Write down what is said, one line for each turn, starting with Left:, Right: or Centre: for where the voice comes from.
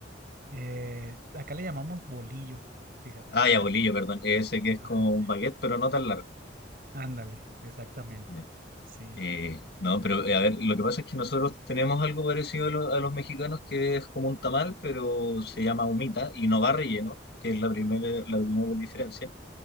Right: Eh, acá le llamamos bolillo, fíjate.
Left: Ah, ya, bolillo, perdón. Ese que es
Right: Ajá.
Left: como un baguette, pero no tan largo.
Right: Ándale, exactamente.
Left: Ya.
Right: Sí.
Left: Eh, no, pero eh, a ver, lo que pasa es que nosotros tenemos algo parecido a, lo- a los mexicanos, que es como un tamal, pero se llama humita y no va relleno, que es la primera, la primera diferencia.